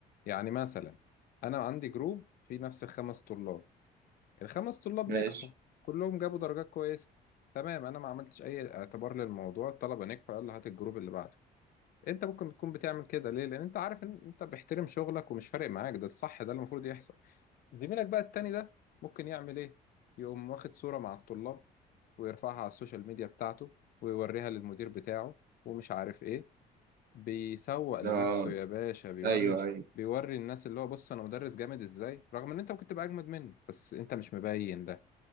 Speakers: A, on the left; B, on the right.
A: يعني مثلا انا عندي جروب فيه نفس الخمس طلاب الخمس طلاب
B: ماشي
A: نجحوا كلهم جابوا درجات كويسة تمام انا ما عملتش اي اعتبار للموضوع الطلبة نجحوا يلا هات الجروب اللي بعده انت ممكن تكون بتعمل كده ليه لان انت عارف ان انت بيحترم شغلك ومش فارق معاك ده الصح ده اللي المفروض يحصل زميلك بقى التاني ده ممكن يعمل ايه يقوم واخد صورة مع الطلاب ويرفعها على السوشيال ميديا بتاعته ويوريها للمدير بتاعه ومش عارف ايه بيسوق لنفسه
B: اه
A: يا باشا بيوري
B: ايوه ايوه
A: بيوري الناس اللي هو بص انا مدرس جامد ازاي رغم ان انت ممكن تبقى اجمد منه بس انت مش مبين ده